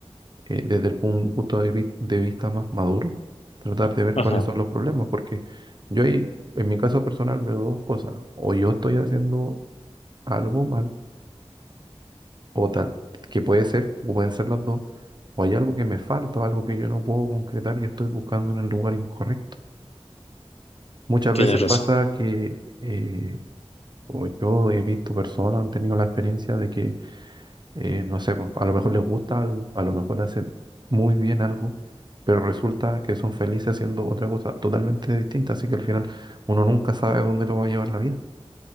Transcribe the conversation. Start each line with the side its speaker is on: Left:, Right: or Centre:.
Right: eh, desde el pun- punto de, vi- de vista más maduro, tratar de ver
Left: Ajá,
Right: cuáles son los problemas, porque yo ahí, en mi caso personal, veo dos cosas. O yo estoy haciendo algo mal, o tal, que puede ser, o pueden ser las dos, o hay algo que me falta, o algo que yo no puedo concretar y estoy buscando en el lugar incorrecto. Muchas
Left: tienes
Right: veces
Left: razón,
Right: pasa que, eh, o yo he visto personas, han tenido la experiencia de que, eh, no sé, pues, a lo mejor les gusta algo, a lo mejor hacen muy bien algo, pero resulta que son felices haciendo otra cosa totalmente distinta, así que al final uno nunca sabe dónde lo va a llevar la vida.